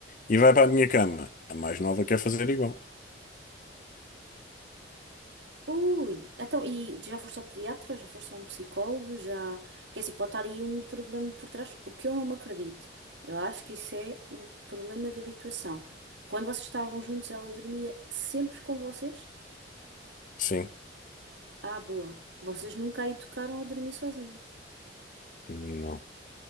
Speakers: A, on the left; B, on the right.
A: e vai para a minha cama. A mais nova quer fazer igual.
B: Ui, então, e já foste ao pediatra? Já foste a um psicólogo? Já. Porque é assim, pode estar aí um problema por trás, o que eu não me acredito. Eu acho que isso é um problema de habituação. Quando vocês estavam juntos, ela dormia sempre com vocês?
A: Sim,
B: Ah, boa. Vocês nunca aí tocaram a dormir sozinha.
A: não.